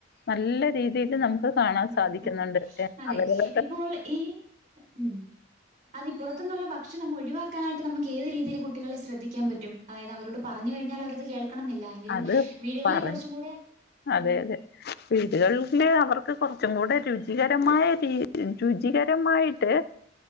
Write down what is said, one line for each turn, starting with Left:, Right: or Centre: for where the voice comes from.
Left: നല്ല രീതിയിൽ നമുക്ക് കാണാൻ
Right: ഉം
Left: സാധിക്കുന്നുണ്ട്
Right: അതെ അതെ
Left: അവരുടെ
Right: ഇപ്പോൾ ഈ ഉം അത് പുറത്ത നിന്നുള്ള ഭക്ഷണം ഒഴിവാക്കാനായിട്ട് നമുക്ക് ഏത് രീതിയിൽ കുട്ടികളെ ശ്രദ്ധിക്കാൻ പറ്റും പറ്റും അതായത് അവരോട് പറഞ്ഞു കഴിഞ്ഞാൽ അവരത് കേൾക്കണമെന്നില്ല എങ്കിലും
Left: അത്
Right: വീടുകളിൽ
Left: പറഞ്ഞു
Right: കുറച്ചും കൂടെ ഉം
Left: അതെ അതെ വീടുകളിന്റെ അവർക്ക് കുറച്ചും കൂടെ രുചികരമായ രീതിക്ക് രുചികരമായിട്ട്